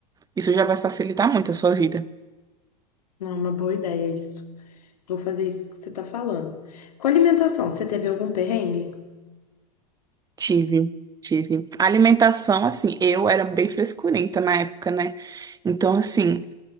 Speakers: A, on the right; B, on the left.
A: Isso já vai facilitar muito a sua vida.
B: não é uma boa ideia isso. Vou fazer isso que você está falando. Com alimentação, você teve algum perrengue?
A: Tive, tive. A alimentação, assim, eu era bem frescurenta na época, né? Então, assim.